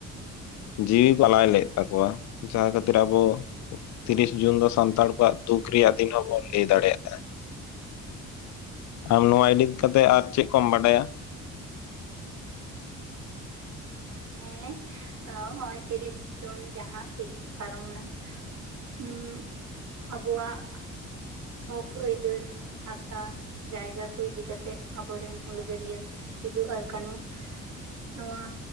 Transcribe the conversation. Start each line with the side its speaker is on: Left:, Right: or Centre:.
Left: ᱡᱤᱣᱤ ᱠᱚ ᱟᱞᱟᱭ ᱞᱮᱫ ᱛᱟᱠᱚᱣᱟ ᱡᱟᱦᱟᱸ ᱠᱷᱟᱹᱛᱤᱨ ᱟᱵᱚ ᱛᱤᱨᱤᱥ ᱡᱩᱱ ᱫᱚ ᱥᱟᱱᱛᱟᱲ ᱠᱚᱣᱟᱜ ᱫᱩᱠ ᱨᱮᱭᱟᱜ ᱫᱤᱱ ᱦᱚᱸᱵᱚᱱ ᱞᱟᱹᱭ ᱫᱟᱲᱮᱭᱟᱜᱼᱟ ᱠᱟᱱᱟ᱾ ᱟᱢ ᱱᱚᱣᱟ ᱤᱰᱤᱠ ᱠᱟᱛᱮ ᱟᱨ ᱪᱮᱫ ᱠᱚᱢ ᱵᱟᱰᱟᱭᱟ?
Right: ᱦᱮᱸ ᱱᱚᱜᱼᱭ ᱛᱤᱨᱤᱥ ᱡᱩᱱ ᱡᱟᱦᱟᱸᱟᱸ ᱛᱮᱦᱮᱧ ᱯᱟᱨᱚᱢᱱᱟ᱾ ᱦᱸ ᱟᱵᱚᱣᱟᱜ ᱦᱚᱠ ᱟᱹᱭᱫᱟᱹᱨ ᱦᱟᱥᱟ ᱡᱟᱭᱜᱟ ᱠᱚ ᱤᱫᱤ ᱠᱟᱛᱮᱫ ᱟᱵᱚᱨᱮᱱ ᱦᱩᱞᱜᱟᱹᱨᱤᱭᱟᱹ ᱥᱤᱫᱩ ᱟᱨ ᱠᱟᱹᱱᱦᱩ ᱱᱚᱣᱟ